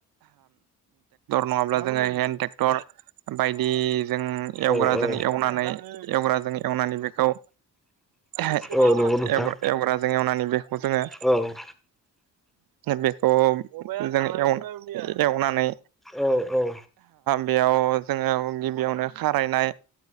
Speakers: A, on the right; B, in the centre.
A: नङाब्ला जोंङो हेन्द ट्रेक्टर बायदि जों एवग्राजों
B: औ
A: एवनानै एवग्राजों एवनानै बेखौ एवग्राजों
B: औ नंगौ नोंथां
A: एवनानै बेखौ जोंङो
B: औ
A: बेखौ जों एवनानै
B: औ - औ
A: बेयाव जोंङो गिबियावनो खारायनाय